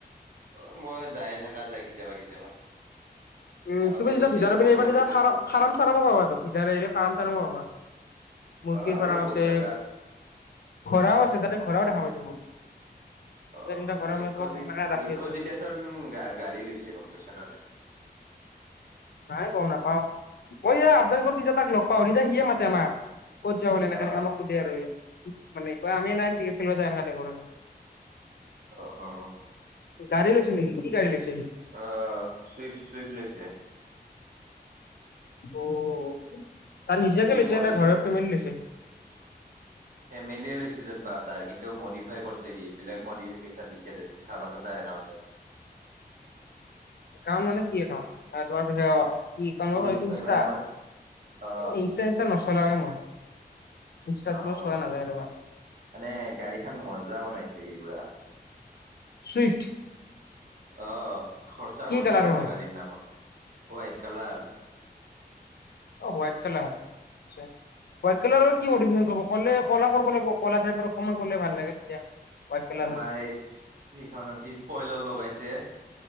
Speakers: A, on the right; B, on the left.
A: অ মই যায়ে থকা যায় কেতিয়াবা কেতিয়াবা।
B: উম
A: আগতে
B: তুমি যেতিয়া
A: গৈছিলো
B: ভিতৰত
A: বহুত
B: পিনে আহিবা
A: সৰুতে
B: তেতিয়া ফাৰাম চাৰামো পাবা ভিতৰে আহিলে ফাৰাম চাৰাম পাবা। মুৰ্গীৰ
A: অ
B: ফাৰ্ম
A: এই বহুত
B: আছে
A: জাগা
B: ঘোঁৰাও আছে তাতে ঘোঁৰাও দেখা পাইছো মই। দুটা
A: অ
B: তিনিটা ঘোঁৰা
A: লক্ষ্যজিত
B: মানে তোমাক এনেকা ৰাখি
A: লক্ষ্যজিতেচোন
B: আছে।
A: গা গাড়ী লৈছে গম পাইছা নে নাই?
B: নাই গম নাপাওঁ। ঐয়া আপোনালোকৰ য়েতিয়া তাক লগ পাওঁ, তেতিয়া সিয়ে মাতে আমাক। ক'ত যাৱ বুলি এনেকে,
A: অ
B: এনেকে আমাক সুধে আৰু সি। মানে আমি <unintelligible> সেইবোৰ দেখা তাইপৰ আৰু।
A: অ অ অ।
B: গাড়ী লৈছে নেকি? কি গাড়ী লৈছে?
A: অ' চুইফ্ট। চুইফ্ট লৈছে।
B: অ', তাৰ নিজাকে
A: কি
B: লৈছে
A: মডিফিক
B: নে ঘৰৰ ফেমিলি লৈছে।
A: ফেমিলিয়ে লৈছে যেন পাওঁ তাৰ কিন্তু মডিফাই কৰিছে সি, বেলেগ মডিফিকেশ্যন দিছে তাত চাবাচোন তাৰ একাউণ্টত।
B: একাউণ্ট মানে কি একাউণ্ট, তোমাৰ পিছ কি ক <unintelligible>
A: ইনষ্টাগ্ৰামৰ
B: ইনষ্টা,
A: অ
B: এ ইনষ্টা চিনষ্টা নচলাওঁ এ মই। ইনষ্টাত
A: অ',
B: মই চোৱা নাযায় ৰবা
A: মানে গাড়ী খান মজা বনাইছে সি পুৰা।
B: ছুইফট।
A: অ', খৰচা কৰিছে
B: কালাৰৰ
A: কিন্তু
B: হয়
A: গাড়ীৰ নামত, হোৱাইট কালাৰ।
B: অ', হোৱাইট কালাৰ, আচ্ছা, হোৱাইট কালাৰৰ কি মডিফিকেশ্বন <unintelligible> ক'লে কলা কৰিব লাগিব, কলা টাইপৰ <unintelligible> ভাল লাগে তেতিয়া। হোৱাইট কালাৰৰ
A: তোমাৰ এই সিখনত সি স্পইলাৰ লগাইছে।